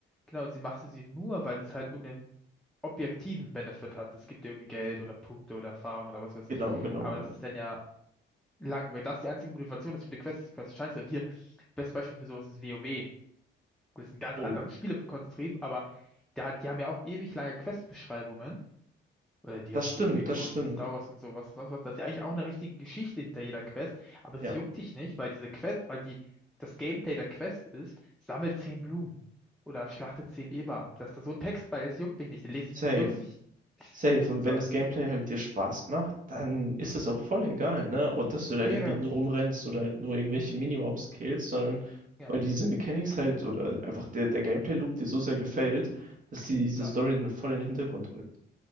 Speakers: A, in the centre; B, on the right.
A: genau, sie machst du sie nur, weil es halt irgendeinen objektiven Benefit hat. Es gibt dir irgendwie Geld oder Punkte oder Erfahrung oder was weiß
B: Genau,
A: ich.
B: genau,
A: Aber
B: genau.
A: das ist dann ja lang, weil das die einzige Motivation ist für die Quest, ist die Quest scheiße. und hier, das beste Beispiel für sowas ist WoW. Gut, ist ein ganz
B: Oh.
A: anderes Spielekonstrukt, aber da, hat- die haben ja auch ewig lange Quest-Beschreibungen. Oder die ganzen
B: Das stimmt,
A: WoW-Klone
B: das stimmt.
A: -Klone mit Star Wars und sowas, sonst was. Das ist ja eigentlich auch eine richtige Geschichte hinter jeder Quest, aber
B: Ja,
A: sie juckt dich nicht, weil diese Quest, weil die, das Gameplay der Quest ist, sammelt zehn Blumen oder schlachte zehn Eber ab. Dass da so ein Text bei ist, juckt mich nicht, den lese
B: safe.
A: ich mir nicht durch. <laughs>
B: Safe. Und wenn
A: So.
B: das Gameplay halt dir Spaß macht, dann ist es auch voll egal, ne? Ob, dass du da
A: Jeder,
B: irgendwie nur rumrennst oder halt nur irgendwelche Minimobs killst, sondern
A: ja,
B: weil diese Mechanics halt oder einfach der, der Gameplay-Loop dir so sehr gefällt, dass die, diese
A: ja,
B: Story dann voll in den Hintergrund rückt.